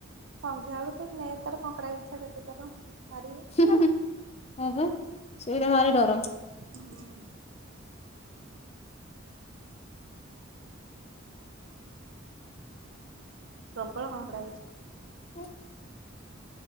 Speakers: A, on the right; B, on the left.
A: ସନ୍ଧ୍ୟାବେଳୁ ତୁ ନେଇ ତାର କଙ୍କଡ଼ା ବିିଛା କେତେ ଥର ମାରିବେ।
B: ହୁଁ ହୁଁ ଉଁ ହୁଁ ସେଇରା ଭାରି ଡର।
A: ହ <unintelligible> ପ୍ରବଳ କଙ୍କଡ଼ା ବିଛା।
B: ହୁଁ।